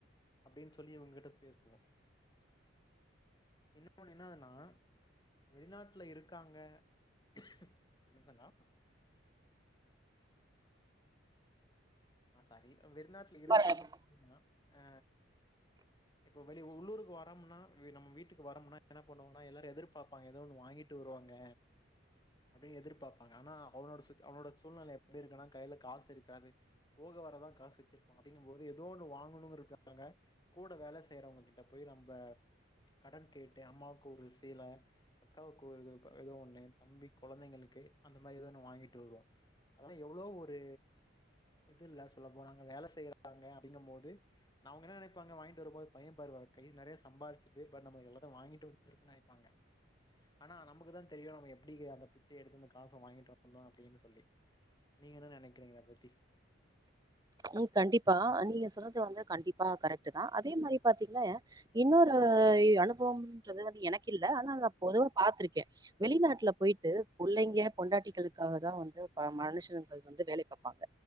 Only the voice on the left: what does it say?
அப்டின்னு சொல்லி இவுங்ககிட்ட பேசுவோ இன்னொன்னு என்னதுன்னா வெளிநாட்டுல இருக்காங்க ஒர் நிமிஷோங்க ஆ சரி வெளிநாட்ல இருக்காங்க
அப்டின்னா ஆ இப்ப வெளி உள்ளூருக்கு வரோம்னா நம்ம வீட்டுக்கு வரோம்னா என்ன பண்ணுவாங்கன்னா எல்லாரூ எதிர்பாப்பாங்க ஏதோ ஒன்னு வாங்கிட்டு வருவாங்க அப்டின்னு எதிர்பாப்பாங்க ஆனா அவனோட சிச் அவனோட சூழ்நெல எப்படி இருக்குன்னா கையில காசு இருக்காது போக வரதா காசு வச்சிருப்பா அப்டிங்கும்போது ஏதோ ஒன்னு வாங்கணூ இருக்காங்க கூட வேல செய்யறவங்ககிட்ட போய் நம்ப கடன் கேட்டு அம்மாவுக்கு ஒரு சீல அக்காவுக்கு ஒரு இ ஏதோ ஒன்னு தம்பி கெழந்தைங்களுக்கு அந்த மாரி ஏதோ ஒன்னு வாங்கிட்டு வருவோம அதல்லா எவ்ளோ ஒரு இதில்ல சொல்ல போனா அங்க வேல செய்றாங்க அப்டிங்கும்போது நாங்க என்ன நெனப் பாங்க வாங்கிட்டு வரும்போது பையன் பாரு வ கை நெறைய சம்பாரிச்சுட்டு பட் நம எல்லா வாங்கிட்டு வந்திருக்கோன்னு நெனைப்பாங்க ஆனா நமக்குதா தெரியூ நம்ம எப்டி அந்த பிச்ச எடுத்து அந்த காச வாங்கிட்டு வந்தோ அப்டின்னு சொல்லி நீங்க என்ன நெனைக்கிறீங்க இத பத்தி